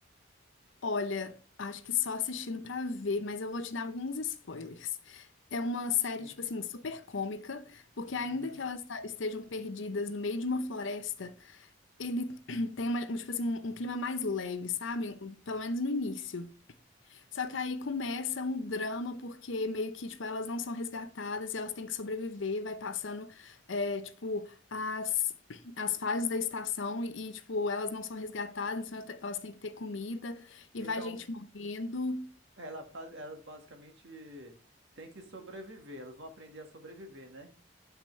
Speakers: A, on the left; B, on the right.
A: Olha, acho que só assistindo pra ver, mas eu vou te dar alguns spoilers. É uma série,
B: Sim.
A: tipo assim, super cômica, porque ainda
B: Uhum.
A: que elas ta- estejam perdidas no meio de uma floresta, ele <clears throat> tem uma, tipo assim, um clima mais leve, sabe? Pelo menos no início. Só que aí começa um drama, porque meio que, tipo, elas não são resgatadas e elas têm que sobreviver, vai passando, é, tipo, as, as fases da estação e, tipo, elas não são resgatadas, então elas têm que ter comida e
B: Então,
A: vai gente morrendo.
B: É, Ela, ba- elas basicamente têm que sobreviver, elas vão aprender a sobreviver, né?